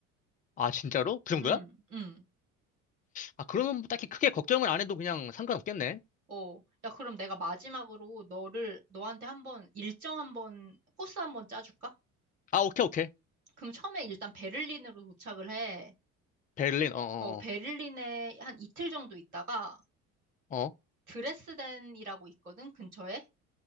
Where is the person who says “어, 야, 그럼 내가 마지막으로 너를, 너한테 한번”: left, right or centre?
Right